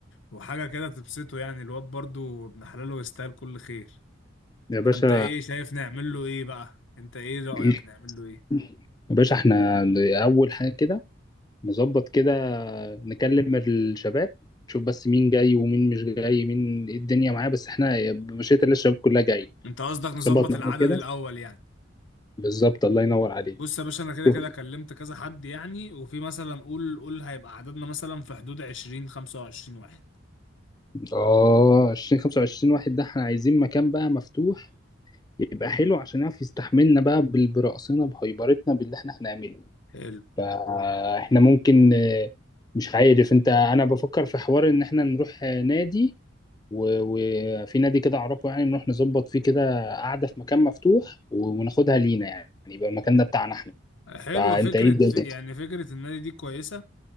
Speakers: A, on the left; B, on the left.
A: وحاجة كده تبسطه يعني الواد برضو ابن حلاله يستاهل كل خير
B: يا باشا
A: فانت ايه شايف نعمل له ايه بقى؟ انت ايه رأيك
B: <laughs>
A: نعمل له ايه؟
B: يا باشا احنا اول حاجه كده نظبط كده نكلم الشباب نشوف بس مين جاي ومين مش جاي مين ايه الدنيا معاه بس احنا مشيت اللي الشباب كلها جاي
A: انت قصدك نظبط
B: نظبط معاهم
A: العدد
B: كده
A: الاول يعني
B: بالظبط الله ينور عليك
A: بص يا باشا انا كده
B: شوف
A: كده كلمت كذا حد يعني وفي مثلا قول قول هيبقى عددنا مثلا في حدود 20 25 واحد
B: اه 20 25 واحد ده احنا عايزين مكان بقى مفتوح يبقى حلو عشان يعرف يستحملنا بقى بال- برقصنا بهيبرتنا باللي احنا هنعمله
A: حلو
B: فاحنا ممكن آه، مش عارف انت انا بفكر في حوار ان احنا نروح آه، نادي و- وفي نادي كده اعرفه يعني نروح نظبط فيه كده قعدة في مكان مفتوح و- وناخدها لينا يعني يبقى المكان ده بتاعنا احنا
A: حلوة
B: فانت
A: فكرة
B: ايه الدنيا
A: ف- يعني فكرة النادي دي كويسة